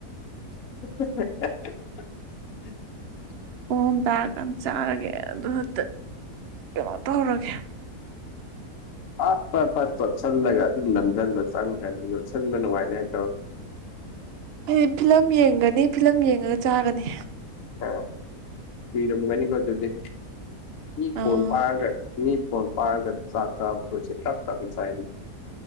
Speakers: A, on the left (about 60°); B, on the right (about 55°).
A: <inaudible>
B: ꯄꯨꯡ ꯑꯍꯨꯝ ꯇꯥꯔꯀꯥꯟ ꯆꯥꯔꯒꯦ ꯑꯗꯨꯒꯇ ꯀꯩꯅꯣ ꯇꯧꯔꯒꯦ
A: ꯑꯠ ꯐꯠ ꯐꯠ ꯇꫭꯠꯁꯤꯜꯂꯒ ꯑꯗꯨꯝ ꯅꯝꯁꯤꯟꯕ ꯆꯪꯒ꯭ꯔꯅꯤ ꯂꯣꯠꯁꯤꯟꯕ ꯅꯨꯡꯉꯥꯏꯔ ꯍꯥꯏ ꯇꯧ
B: ꯑꯩꯗꯤ ꯐꯤꯂꯝ ꯌꯦꯡꯒꯅꯤ ꯐꯤꯂꯝ ꯌꯦꯡꯉꯒ ꯆꯥꯒꯅꯤ
A: ꯑꯥ ꯀꯨꯏꯔꯝꯒꯅꯤꯀꯣ ꯑꯗꯨꯗꯤ ꯃꯤ ꯐꫭꯟ
B: ꯑꯥ
A: ꯄꯥꯏꯔꯒ ꯃꯤ ꯐꫭꯟ ꯄꯥꯔꯒ ꯆꯥꯛ ꯆꯥꯕꯗꫭ ꯆꯦ ꯇꯞ ꯇꯞ ꯆꯥꯏꯅꯤ